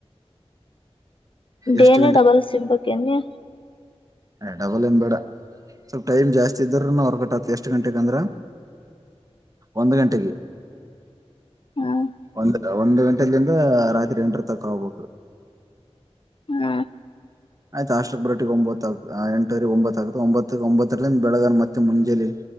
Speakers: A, on the left; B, on the right.
A: ಡೇನ
B: ಎಷ್ಟ್
A: ಡಬಲ್ ಸಿಗಬೇಕು ಎನ್ ನಿನಗ
B: ಹ ಡಬಲ್ ಏನ್ ಬೇಡ ಸ್ವಲ್ಪ ಟೈಮ್ ಜಾಸ್ತಿ ಇದ್ದ್ರ ನ ಹೊರ್ಗಟ್ಟತಿ ಎಷ್ಟ್ ಗಂಟೆಗೆ ಅಂದ್ರ ಒಂದು್ ಗಂಟೆಗೆ
A: ಹ್ಮ್
B: ಒಂದು ಒಂದು ರಟಲ್ಲಿಂದ ರಾತ್ರಿ ಎಂಟರ ತಕ ಹೋಗ್ಬೇಕು
A: ಹ್ಮ್
B: ಆಯ್ತ ಅಷ್ಟಕ್ ಬರಟಿಗೆ ಒಂಬತ್ ಆ ಆ ಎಂಟವರಿಗೆ ಒಂಬತ್ತ ಆಗತ ಒಂಬತ್ತ ಒಂಬತ್ತರ್ಿಂದ ಬೆಳಗನ್ ಮತ್ತೆ ಮುಂಜೇಲಿ